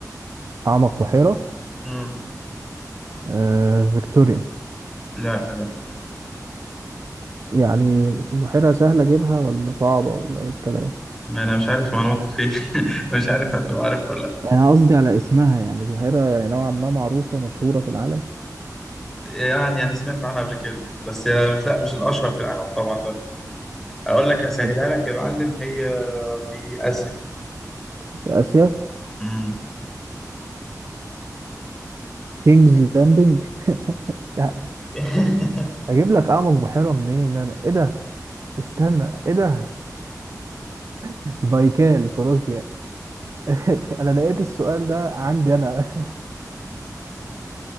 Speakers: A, on the right (about 50°); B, in the centre.
A: اعمق بحيره
B: مم.
A: آه فيكتوريا
B: لا لا
A: يعني بحيره سهله اجيبها ولا صعبه ولا ايه الكلام
B: ما انا مش عارف معلوماتك فيه <laughs> مش عارف هتبقى عارف ولا لا
A: انا قصدي على اسمها يعني بحيره يعني نوعا ما معروفه مشهوره في العالم
B: يعني انا سمعت عنها قبل كده بس هي مش لا مش الاشهر في العالم طبعا لا اقول لك اسهلها
A: طب
B: لك يا معلم هي في اسيا
A: في اسيا
B: مم.
A: كينجز لاندنج مش عارف.
B: <laughs>
A: اجيب لك اعمق بحيره منين انا ايه ده استنى ايه ده <laughs> بايكال في روسيا <laughs> انا لقيت السؤال ده عندي انا